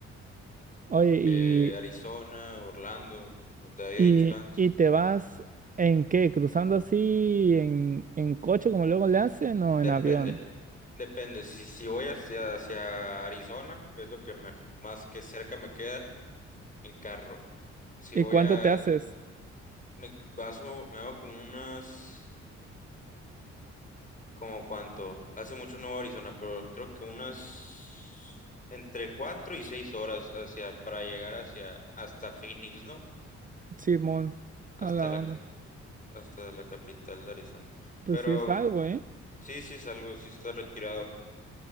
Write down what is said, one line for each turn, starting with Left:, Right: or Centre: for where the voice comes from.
Right: Oye, y,
Left: eh, Arizona, Orlando, como te había
Right: y,
Left: dicho antes.
Right: y te vas en qué? ¿Cruzando así en, en coche como luego le hacen o
Left: Depende,
Right: en avión?
Left: depende. Si, si voy hacia, hacia Arizona, que es lo que me- más que cerca me queda, en carro. Si
Right: ¿Y
Left: voy
Right: cuánto
Left: a,
Right: te haces,
Left: me baso, me hago como unas, como cuánto, hace mucho no voy a Arizona, pero creo que unas entre cuatro y seis horas hacia, para llegar hacia, hasta Phoenix, ¿no?
Right: Simón?
Left: Hasta
Right: A la
Left: la,
Right: onda.
Left: hasta la capital de Arizona.
Right: Pues
Left: Pero
Right: sí es algo, ¿eh?
Left: sí, sí es algo, sí está retirado,